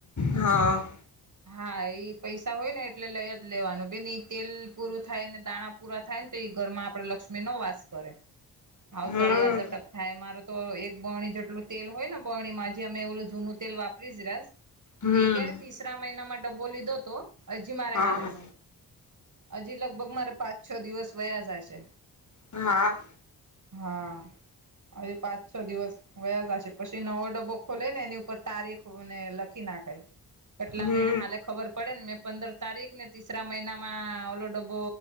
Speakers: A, on the left; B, on the right.
A: હા
B: હા એ પૈસા હોય ને એટલે લઈ જ લેવાનું બેન તેલ પૂરું થાય ને દાણા પૂરા થાય ને એ ઘરમાં આપડે લક્ષ્મી નો વાસ કરે હાવ
A: હમ
B: તળિયા ઝટક થાય મારું તો એક બણી જેટલું તેલ હોય ને બણી માં જે અમે એવલું જૂનું તેલ વાપરી જ રાસ
A: હમ
B: એ ક્યારે ત્રીસરા મહિનામાં ડબ્બો લીધો તો હજી મારે
A: હા
B: હાલેસ
A: હા
B: હજી લગભગ મારે પાંચ છ દિવસ વયા જાય છે
A: હા
B: હા અવે પાંચ છ દિવસ વયા જશે પછી નવો ડબ્બો ખોલે ને એની ઉપર તારીખ ને લખી નાખે કેટલા
A: હમ
B: મહિના હાલે ખબર પડે ને મેં પંદર તારીખ ને તીસરા મહિનામાં ઓલો ડબ્બો